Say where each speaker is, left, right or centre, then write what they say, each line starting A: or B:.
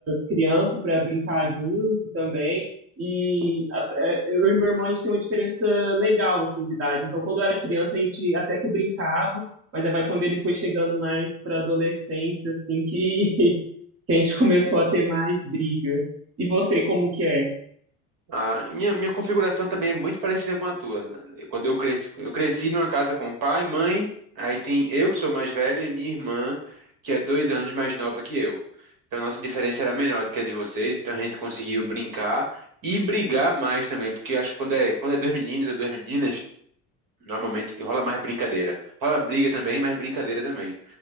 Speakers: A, on the right (about 35°); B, on the right (about 50°).
A: criança para brincar junto também. E a- é, eu e meu irmão, a gente tem uma diferença legal, assim, de idade. Então, quando eu era criança, a gente até que brincava, mas aí vai quando ele foi chegando mais para adolescência, assim, que, <laughs> que a gente começou a ter mais briga. E você, como que é?
B: Ah, minha, minha configuração também é muito parecida com a tua. Quando eu cresci, eu cresci numa casa com pai, mãe, aí tem eu que sou mais velho e minha irmã, que é dois anos mais nova que eu. Então a nossa diferença era menor do que a de vocês, então a gente conseguiu brincar e brigar mais também, porque acho que quando é, quando é dois meninos ou duas meninas, normalmente rola mais brincadeira. Rola briga também, mas brincadeira também.